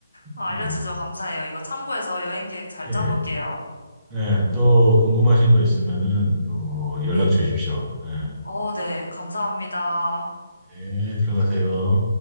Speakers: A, on the left; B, on the right.
A: 아,
B: 어,
A: 알려주셔서 감사해요. 이거 참고해서 여행 계획 잘
B: 예,
A: 짜볼게요.
B: 예. 네, 또 궁금하신 거 있으면은 또 연락
A: 네.
B: 주십시오. 네,
A: 어, 네. 감사합니다.
B: 네, 들어가세요.